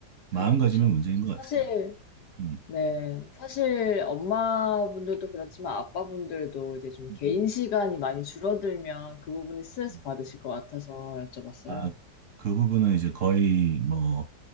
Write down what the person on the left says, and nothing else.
그렇죠.
사실,
네, 사실 엄마분들도 그렇지만 아빠분들도 이제 좀
개인
시간이 많이 줄어들면 그 부분이 스트레스
받으실 것 같아서 여쭤봤어요.